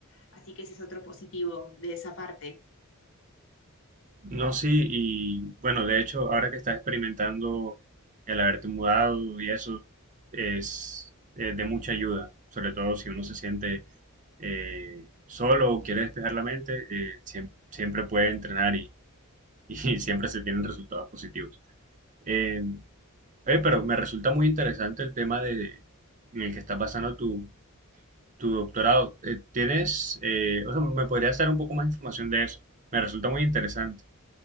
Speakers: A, on the left (about 65°); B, on the right (about 35°).
A: Así que ese es otro positivo de esa parte.
B: No, sí, y bueno, de hecho, ahora que estás experimentando el haberte mudado y eso es eh, de mucha ayuda, sobre todo si uno se siente eh, solo o quiere despejar la mente, eh, siem- siempre puede entrenar y, <laughs> y siempre se tienen resultados positivos. Eh, oye, pero me resulta muy interesante el tema de, en el que está pasando tu, tu doctorado. Eh, ¿tienes, eh, o sea, me podrías dar un poco más de información de eso? Me resulta muy interesante.